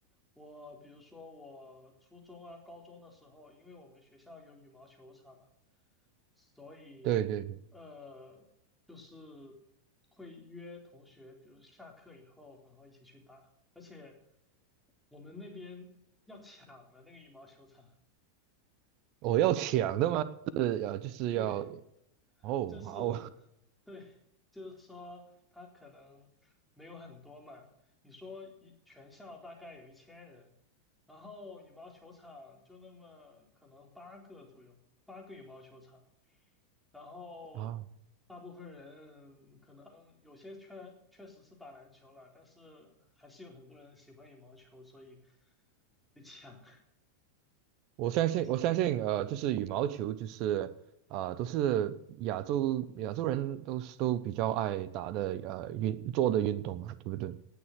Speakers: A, in the centre; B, on the right.
A: 我比如说我初中啊、高中的时候，因为我们学校有羽毛球场嘛，所以呃就是
B: 对对对，
A: 会约同学，比如下课以后，然后一起去打。而且我们那边抢的那个羽毛球场，啊
B: 我要抢的嘛，是呃，就是要
A: 对，
B: 哦，
A: 就是他对，
B: 好
A: 就是说他可能没有很多嘛。你说一全校大概有一千人，然后羽毛球场就那么可能八个左右，八个羽毛球场，然后大部分人可能有些确确实是打篮球了，
B: <laughs> 啊，
A: 但是还是有很多人喜欢羽毛球，所以被抢
B: 我相信，
A: <laughs> 抢。
B: 我相信，呃，就是羽毛球，就是啊、呃都是亚洲亚洲人都是都比较爱打的，呃，运做的运动嘛，对不对？